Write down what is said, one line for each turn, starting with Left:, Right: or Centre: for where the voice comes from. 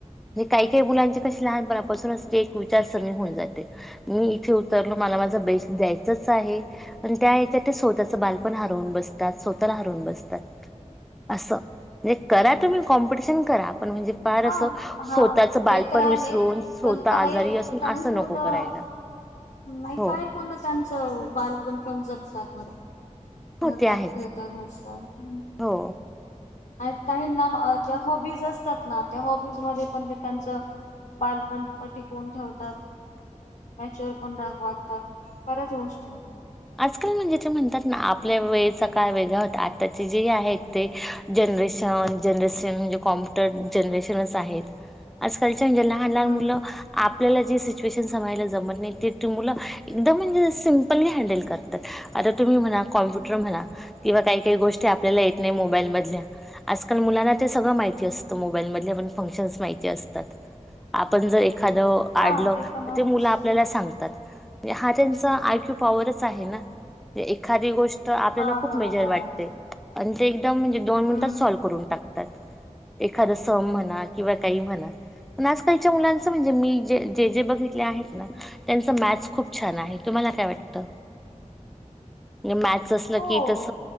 Centre: हे काही काही मुलांचे कशी लहानपणापासूनच एक विचारसणी होऊन जाते मी इथे उतरलो म माझा बेसत द्यायचच आहे त्या स्वतःच बाल पण हरवून बसतात स्व तंतर हरुन बसतात अस म्हणे करा तुम्ही कॉम्पिटिशन करा पण म्हणजे फार
Left: हा
Centre: असं
Left: हा
Centre: स्वतःचं बालपण
Left: ते तर आहे.
Centre: विसरून स्वतः
Left: पण काही
Centre: आजारी असून
Left: काही
Centre: असं
Left: मुलं
Centre: नको करायला. <unintelligible>
Left: नाही
Centre: हो
Left: काय फन त्यांचं बालपण जपु साल बर
Centre: हो
Left: राहतात
Centre: ते आहेच
Left: फिरतात हसतात.
Centre: हो.
Left: आणि काही ना ज्या हॉबीज असतात ना त्या हॉबीजमध्येध्ये पण ते त्यांच बालपणप्टी कोण ठेवतात. मॅचर पण राग वागतात बऱ्याच गोष्टी
Centre: आजकाल म्हणजे ते म्हणतात ना आपल्या वेळेचा काळ वेगळा होता आत्ताची जी आहेत ते जनरेशन जनरेशन म्हणजे कॉम्प्युटर जनरेशनच आहेत आजकाल म्हणजे लहान लहान
Left: हम्म
Centre: मुलं
Left: हम्म.
Centre: आप आपल्याला जी सिच्युएशन समाळायला जमत नाही. ते ती मुलं एकदम म्हणजे सिमपली हॅडल करतात. आता तुम्ही म्हणाल कॉम्प्युटर म्हणा किंवा काही काही गोष्टी आपल्याला येत नाही मोबाईल मधल्या आजकाल मुलांना ते सगळं माहिती असतं मोबाईल मधले पण. फंक्शन्स माहिती असतात. आपण जर एखाद आडलं
Left: हा पण आहेच
Centre: ते मुलं आपल्याला सांगतात. हा त्यांचा आय क्यू पाॅवरच एखादी गोष्ट आपल्या
Left: हा
Centre: खुप
Left: बरोबर
Centre: मेजर वाटते.
Left: आहे.
Centre: ते म्हणजे दोन मिनिटात
Left: हम्म
Centre: सॉल
Left: हम्म.
Centre: करून टाकतात. एखाद सम म्हणा किंवा काही म्हणा. पण आजकालच्या मुलांच म्हणजे मी जे जे बघितले आहेत ना. त्यांच मॅथ खूप छान आहे. तुम्हाला काय वाटतं. मॅथ असल
Left: हो
Centre: की तस